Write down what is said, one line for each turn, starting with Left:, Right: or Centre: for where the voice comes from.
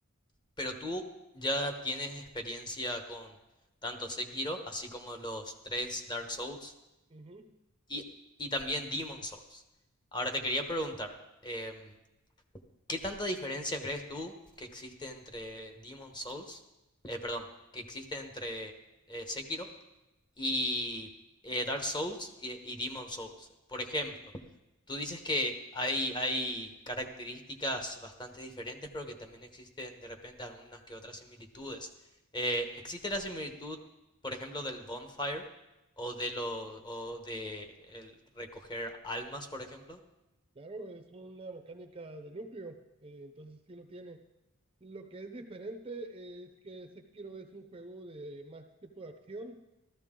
Left: pero tú ya tienes experiencia con tanto Sekiro, así como los tres Dark Souls
Right: Ujú.
Left: y, y también Demon Souls. Ahora te quería preguntar, em, ¿qué tanta diferencia crees tú que existe entre Demon Souls, eh, perdón, que existe entre eh, Sekiro y eh, Dark Souls y, y Demon Souls. Por ejemplo, tú dices que hay, hay características bastante diferentes, pero que también existen de repente algunas que otras similitudes. Eh, ¿existe la similitud, por ejemplo, del bonfire o de lo, o de el recoger almas, por ejemplo?
Right: Claro, es una mecánica de núcleo, eh, entonces sí lo tiene. Lo que es diferente es que Sekiro es un juego de más tipo de acción,